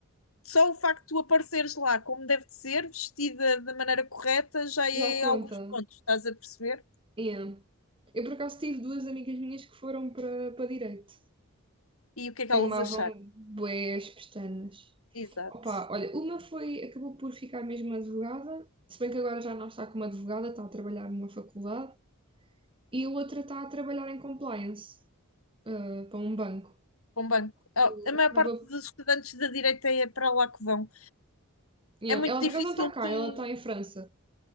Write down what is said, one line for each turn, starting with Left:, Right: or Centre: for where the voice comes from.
Left: só o facto de tu apareceres lá como deve de ser, vestida da maneira correta, já é
Right: Já conta.
Left: alguns pontos, estás a perceber?
Right: Yeah. Eu por acaso tive duas amigas minhas que foram para para direito.
Left: E o que é que
Right: Queimavam
Left: elas acharam?
Right: bué as pestanas.
Left: Exato,
Right: Opa, olha, uma foi, acabou por ficar mesmo advogada, se bem que agora já não está como advogada, está a trabalhar numa faculdade. e a outra está a trabalhar em compliance, ah, para um banco.
Left: bom banco. Oh,
Right: Então,
Left: a maior
Right: Acaba...
Left: parte dos estudantes da direita é para lá que vão.
Right: Yeah,
Left: É muito
Right: Ela
Left: difícil
Right: por acaso não está cá,
Left: tu
Right: ela está em França,